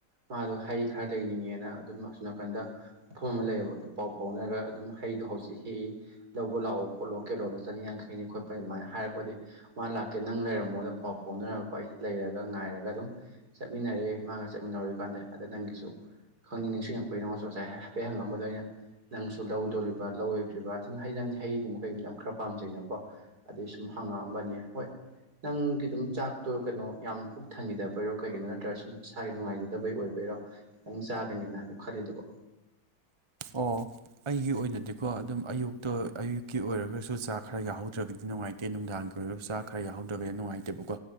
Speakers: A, on the right; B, on the right.
A: ꯃꯥꯗꯣ ꯍꯩ ꯈꯔ ꯂꯩꯅꯤꯡꯉꯦꯅ ꯑꯗꯨꯝ ꯑꯁꯣꯝ ꯅꯥꯀꯟꯗ ꯃꯐꯝ ꯑꯃ ꯂꯩꯌꯦꯕ ꯑꯗꯨ ꯄꯥꯎ ꯐꯥꯎꯅꯔꯒ ꯑꯗꯨꯝ ꯍꯩꯗꯣ ꯍꯧꯖꯤꯛ ꯍꯦꯛꯏ ꯂꯧꯕ ꯂꯥꯛꯑꯣ ꯈꯣꯠꯂꯣ ꯀꯦꯂꯣꯗ ꯆꯅꯤ ꯌꯥꯡꯈꯩꯅꯤ ꯈꯣꯠꯄꯅꯤ ꯑꯗꯨꯃꯥꯏꯅ ꯍꯥꯏꯔꯛꯄꯗꯤ ꯃꯥ ꯂꯥꯛꯀꯦ ꯅꯪ ꯂꯩꯔꯝ ꯑꯃꯨꯛ ꯑꯗꯨꯝ ꯄꯥꯎ ꯐꯥꯎꯅꯔꯒꯀꯣ ꯑꯩ ꯂꯩꯔꯒ ꯉꯥꯏꯔꯒ ꯑꯗꯨꯝ ꯆꯠꯃꯤꯟꯅꯔꯦ ꯃꯥꯡꯉꯒ ꯆꯠꯃꯤꯟꯅꯔꯣꯏ ꯀꯥꯟꯗ ꯑꯗ ꯅꯪꯒꯤꯁꯨ ꯈꯪꯅꯤꯡ ꯅꯤꯡꯁꯤꯡ ꯑꯩꯈꯣꯏꯗꯉꯣ ꯉꯥꯏ ꯍꯥꯏꯐꯦꯠꯪꯉꯑꯝꯕꯗ ꯑꯩꯅ ꯅꯪꯁꯨ ꯂꯧꯗꯣꯔꯤꯕ ꯂꯧꯔꯣꯏꯗ꯭ꯔꯤꯕ ꯑꯗꯨꯅ ꯍꯩ ꯅꯪꯁꯦ ꯍꯩꯒꯨꯝꯕ ꯀꯩꯒꯨꯝꯕ ꯈꯔ ꯄꯥꯝꯖꯅꯀꯣ ꯑꯗꯩ ꯁꯨꯝ ꯍꯪꯉꯛꯑꯝꯕꯅꯦ ꯍꯣꯏ ꯅꯪꯒꯤ ꯑꯗꯨꯝ ꯆꯥꯛꯇꯣ ꯀꯩꯅꯣ ꯌꯥꯝ ꯄꯨꯛ ꯊꯪꯈꯤꯗꯕꯩꯔꯣ ꯀꯩꯒꯤꯅꯣ ꯅꯠꯇ꯭ꯔꯒ ꯁꯨꯝ ꯏꯁꯥꯒꯤ ꯅꯨꯡꯉꯥꯏꯖꯗꯕꯩ ꯑꯣꯏꯕꯩꯔꯣ ꯈꯤꯇꯪ ꯆꯥꯒꯅꯦꯅ ꯎ ꯈꯜꯂꯤꯗꯕꯣ
B: ꯑꯣ ꯑꯩꯒꯤ ꯑꯣꯏꯅꯗꯤꯀꯣ ꯑꯗꯨꯝ ꯑꯌꯨꯛꯇ ꯑꯌꯨꯛꯀꯤ ꯑꯣꯏꯔꯒꯁꯨ ꯆꯥꯛ ꯈꯔ ꯌꯥꯍꯧꯗ꯭ꯔꯒꯗꯤ ꯅꯨꯡꯉꯥꯏꯇꯦ ꯇꯦꯟ ꯅꯨꯡꯗꯥꯡꯒꯤ ꯑꯣꯏꯔꯒꯁꯨ ꯆꯥꯛ ꯈꯔ ꯌꯥꯎꯧꯗ꯭ꯔꯕꯗꯤ ꯅꯨꯡꯉꯥꯏꯇꯦꯕꯀꯣ